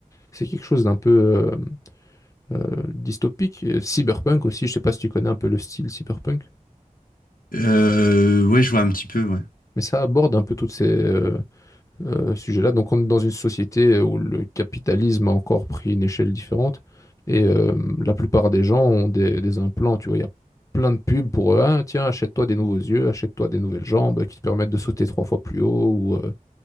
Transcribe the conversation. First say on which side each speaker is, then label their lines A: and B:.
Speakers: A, on the left (about 20°); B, on the left (about 80°).
A: C'est quelque chose d'un peu euh, euh, dystopique. Et Cyberpunk aussi, je sais pas si tu connais un peu le style cyberpunk,
B: euh, ouais, je vois un petit peu, ouais.
A: mais ça aborde un peu toutes ces, euh, euh, sujet-là. Donc on est dans une société euh, où le capitalisme a encore pris une échelle différente et euh, la plupart des gens ont des, des implants, tu vois, il y a plein de pubs pour eux. Ah, tiens, achète-toi des nouveaux yeux, achète-toi des nouvelles jambes qui te permettent de sauter trois fois plus haut ou euh,